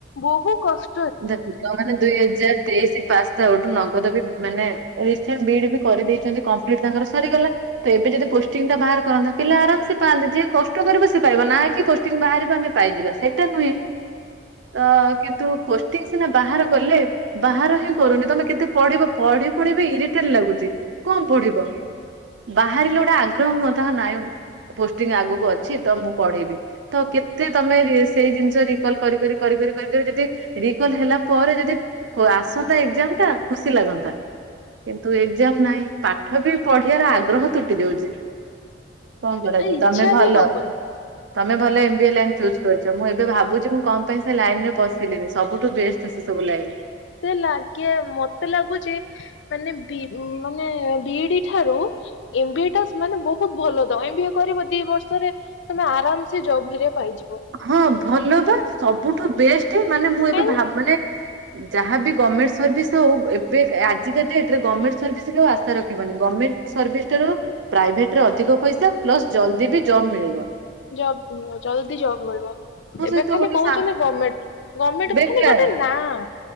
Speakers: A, on the left; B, on the right.
A: ବୋହୁ କଷ୍ଟ
B: ଦେଖନ୍ତୁ ତାମାନେ ଦୁଇ ହଜାର ତେଇଶି ପାସ ସେଇଠୁ ନଗଦ ବି ମାନେ ରିସେଣ୍ଡେ ବି ଡି କରିଦେଇଚନ୍ତି କମ୍ପ୍ଲିଡ୍ ତାଙ୍କର ସରିଗଲା। ତ ଏବେ ଯଦି ପୋଷ୍ଟଙ୍ଗି ଟା ବାହାର କରନ୍ତା ପିଲା ଆରାମସେ ପାଆନ୍ତେ ଯିଏ କଷ୍ଟ କରିବ ସେ ପାଇବା ନା କି ପୋଷ୍ଟଙ୍ଗୀ ବାହାରିବ ଆମେ ପାଇଯିବା ସେଇଟା ନୁହେଁ ତ କିନ୍ତୁ ପୋଷ୍ଟୀଙ୍ଗ ସିନା ବାହାର କଲେ ବାହର ହିଁ କରୁନି ତମେ କେତେ ପଢିବ ପଢି ପଢିବି ଇରିଟେଟ ଲାଗୁଛି। କଣ ପଢିବ ବାହାରିଲେ ଗୋଟେ ଆଗ୍ରହ ହୁଅ ତାହା ନାଇଁ ପୋଷ୍ଟିଂ ଆଗକୁ ଅଛି ତ ମୁଁ ପଢେଇିବି। ତ କେତେ ତମେ ସେଇ ଜିନିଷ ରିକଲ କରି କରି କରି କରି କରି କରି ଯଦି ରିକଲ ହେଲା ପରେ ଯଦି ଆସନ୍ତା ଏଜାମ ଟା ଖୁସି ଲାଗନ୍ତା। କିନ୍ତୁ ଏକ୍ଜାମ ନାହିଁ ପାଠ ବି ପଢିବାର ଆଗ୍ରହ ତୁଟି ଯାଉଚି। କଣ କରାଯିବ
A: ଏ ଇଚ୍ଛା
B: ତମେ ଭଲ।
A: ବି ହବନି
B: ତମେ ଭଲ M B A line choose କରିଚ ମୁଁ ଏବେ ଭାବୁଛି ମୁଁ କଣ ପାଇଁ ସେ ଲାଇନ ରେ ପଶିଲିିନି। ସବୁଠୁ ବେଷ୍ଟ ସେ ସବୁ ଲାଇନ୍।
A: ସିଏ ଲାଗେ ମତେ ଲାଗୁଚି ମାନେ ବି ମାନେ ବିଡି ଠାରୁ ଏମବି ଏ ଟା ମାନେ ବୋହୁତ ଭଲ ତ ଏମ ବି ଏ କରିବ ଦିଇ ବର୍ଷରେ ତମେ ଆରାମ ସେ ଜଭହରୀକା ପାଇଯିବ।
B: ହଁ ଭଲ ବା ସବୁଠୁ ବେଷ୍ଟ ମାନେ ମୁଁ ଏବେ
A: କାହିଁକି
B: ଭା
A: ନା
B: ମାନେ ଯାହାବି ଗଭର୍ଣ୍ଣମେଣ୍ଟ ସର୍ଭିସ ହୋଉ ଏବେ ଆଜିକା ଡେଟରେ ଗଭର୍ଣ୍ମେଣ୍ଟ ସର୍ଭିସ୍ କୁ ଆାଉ ଆଶା ରଖିବନି। ଗଭର୍ଣ୍ଣମେଣ୍ଟ ସର୍ଭିସ ଠାରୁ ପ୍ରାଇଭେଟରେ ଅଧିକ ପଇସା ପ୍ଲସ ଜଲ୍ଦି ବି ଜବ ମିଳିବ।
A: ଜବ୍ ମିଳିବ ଜଲ୍ଦି ଜବ୍ ମିଳିବ।
B: ମୋ
A: ଏବେ
B: ସହିତ
A: ଖାଲି
B: ଗୋଟେ
A: କୋହୁଚନ୍ତି
B: ସାଙ୍ଗ
A: ଗମେଣ୍ଟ ଗଣମେଣ୍ଟ
B: ବେକାର
A: ଖାଲି ଗୋଟେ ନାଁ।